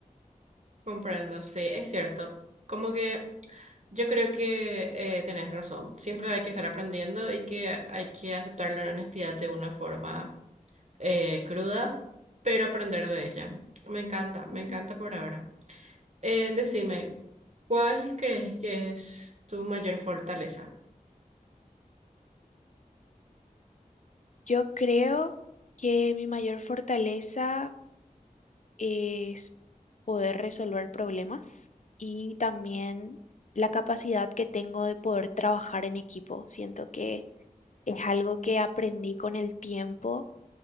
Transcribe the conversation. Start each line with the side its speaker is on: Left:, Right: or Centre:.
Right: Comprendo, sí, es cierto. Como que yo creo que eh, tenés razón. Siempre hay que estar aprendiendo y que hay que aceptar la honestidad de una forma eh, cruda, pero aprender de ella. Me encanta, me
Left: Ujú.
Right: encanta por ahora. Eh, decime, ¿cuál crees que es tu mayor fortaleza?
Left: Yo creo que mi mayor fortaleza... es poder resolver problemas y también la capacidad que tengo de poder trabajar en equipo. Siento que es algo que aprendí con el tiempo